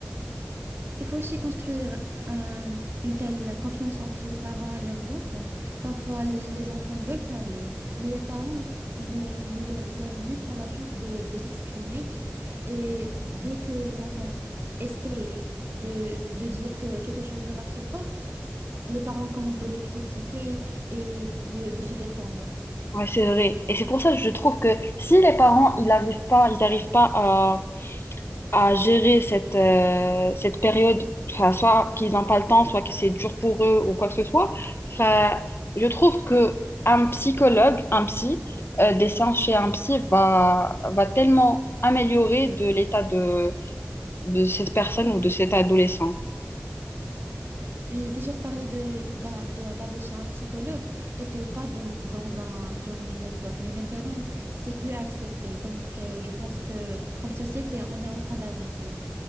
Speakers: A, on the right; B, on the left.
A: Il faut aussi construire un- une telle confiance entre les parents et leurs enfants. Parfois, les enfants veulent parler, mais les parents ne, ne leur donnent même pas la chance de, de s'exprimer. Et dès que les enfants essayent de, de dire que quelque chose ne marche pas, les parents commencent de les critiquer et de de se défendre.
B: Ouais, c'est vrai. Et c'est pour ça que je trouve que si les parents, ils n'arrivent pas, ils n'arrivent pas à à gérer cette, euh, cette période, enfin, soit qu'ils n'ont pas le temps, soit que c'est dur pour eux ou quoi que ce soit. Enfin, je trouve que un psychologue, un psy, euh, des séances chez un psy va, va tellement améliorer de l'état de, de cette personne ou de cet adolescent.
A: Oui, déjà parler de, d'a- de- d'aller chez un psychologue était tabou dans un, dans une époque, mais maintenant, c'est plus accepté. Donc, euh, je pense que comme société, on est en train d'avancer.